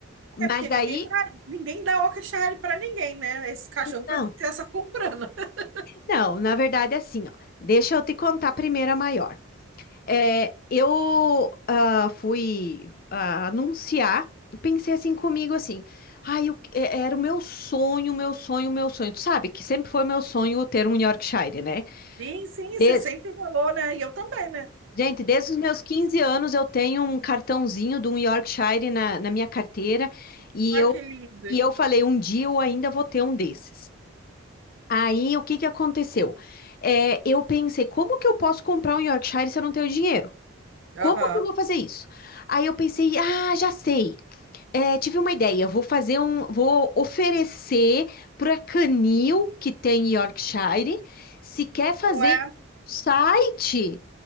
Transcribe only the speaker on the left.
Mas
daí,
não.
Não, na verdade é assim, ó. Deixa eu te contar primeiro a maior. É, eu ah, fui ah, anunciar, pensei assim comigo assim, ai, eu- é- era o meu sonho, meu sonho, meu sonho. Tu sabe que sempre foi meu sonho ter um Yorkshire, né?
Des-
gente, desde os meus 15 anos eu tenho um cartãozinho de um Yorkshire na, na minha carteira. E
E eu falei, um dia eu ainda vou ter um desses. Aí, o que que aconteceu? É, eu pensei, como que eu posso comprar um Yorkshire se eu não tenho dinheiro?
Como que eu vou fazer isso? Aí eu pensei, ah, já sei. É, tive uma ideia, vou fazer um, vou oferecer para canil que tem Yorkshire, se quer fazer
site